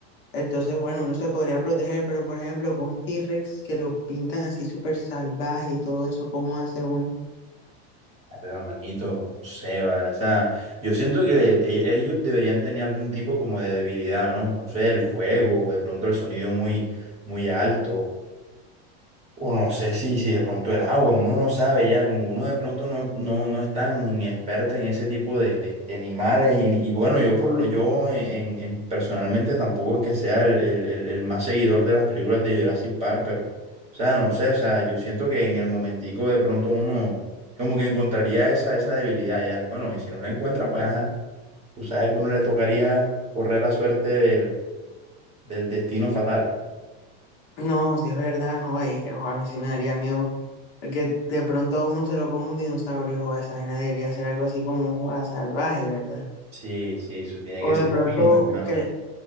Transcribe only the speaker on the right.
Verga, Manito, no sé, vale. O sea, yo siento que e- ellos deberían tener algún tipo como de debilidad, ¿no? No sé, el fuego, de pronto el sonido muy, muy alto. O no sé si, si de pronto el agua, uno no sabe ya, como uno de pronto no, no, no es tan experto en ese tipo de, de- de animales. Y, y bueno, yo por lo, yo en, en- personalmente tampoco es que sea el, el- el- el más seguidor de las películas de Jurassic Park, pero, o sea, no sé, o sea, yo siento que en el momentico de pronto uno como que encontraría esa, esa debilidad ya. Bueno, y si no la encuentra, pues ajá, tú sabes que uno le tocaría correr la suerte del, del destino fatal.
Sí, sí, eso tiene
que
ser
feo, mi hermano.